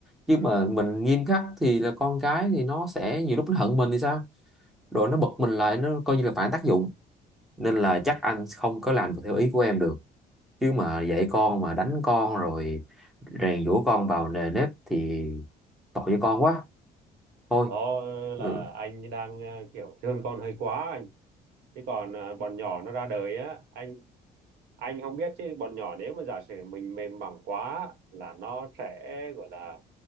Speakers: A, in the centre; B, on the right.
A: chứ
B: ừ.
A: mà mình nghiêm khắc thì là con cái thì nó sẽ nhiều lúc nó hận mình thì sao rồi nó bật mình lại nó coi như là phản tác dụng nên là chắc anh không có làm được theo ý của em được chứ mà dạy con mà đánh con rồi rèn giũa con vào nề nếp thì tội cho con quá thôi
B: Đó là
A: ừ.
B: anh đang ờ, kiểu thương con hơi quá anh thế còn ờ, bọn nhỏ nó ra đời á anh anh không biết chứ bọn nhỏ nếu mà giả sử mình mềm mỏng quá là nó sẽ gọi là